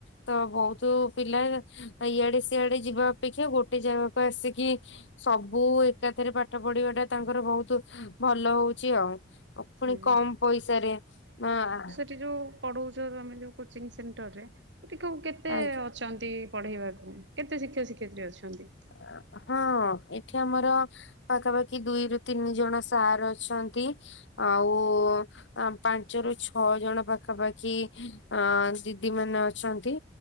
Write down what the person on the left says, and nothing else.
ତ ବହୁତ ପିଲା ଇଆଡେ ସିଆଡେ ଯିବା ଅପେକ୍ଷା ଗୋଟେ ଜାଗାକୁ ଆସିକି ସବୁ ଏକାଥରେ ପାଠ ପଢିବା ଟା ତାଙ୍କର ବହୁତ ଭଲ ହଉଛି ଆଉ। ପୁଣି
କମ ପଇସାରେ ମାଆ
ଆଁ
ହଁ। ହଁ ଏଠି ଆମର ପାଖାପାଖି ଦୁଇରୁ ତିନି ଜଣ ସାର୍ ଅଛନ୍ତି। ଆଉ ଆ ପାଞ୍ଚରୁ ଛଅ ଜଣ ପାଖାପାଖି ଅ ଦିଦି ମାନେ ଅଛନ୍ତି।